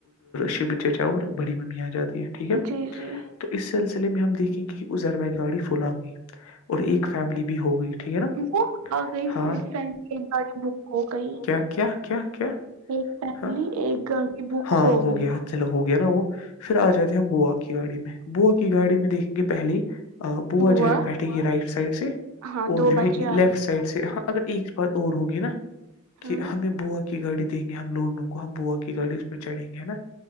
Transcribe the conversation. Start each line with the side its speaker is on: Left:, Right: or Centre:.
Left: شب چاور بڑی میںمی آ جاتی ہے ٹھیک ہے
Right: جی جی
Left: تو اس سلسلے میں ہم دیکھیں گے کہ وہ زربا کی گاڑی فلا گئی اور ایک فیملی بھی ہو گئی ٹھیک ہے نا
Right: وہ آ گئی
Left: ہاں
Right: ایک فیملی ایک گاڑی بک ہو گئی
Left: کیا کیا کیا کیا
Right: ایک فیملی
Left: ہاں
Right: ایک گاڑی بک
Left: ہاں
Right: ہو گئی
Left: گیا چلو ہو گیا نا وہ پھر آ جاتے ہیں ہم بوا کی گاڑی میں بوا کی گاڑی میں دیکھیں گے پہلی بو
Right: بوا
Left: جائے بیٹھے گی رائٹ سائڈ سے
Right: ہاں
Left: اور
Right: دو
Left: جو ہے
Right: بچے آ
Left: لیفٹ سائڈ سے ہاں اگر ایک بات اور ہوگی نا
Right: ہاں
Left: کہ ہمیں بوا کی گاڑی دیکھ ہم دونوں کو ہم بوا کی گاڑی اس میں چڑیں گے نا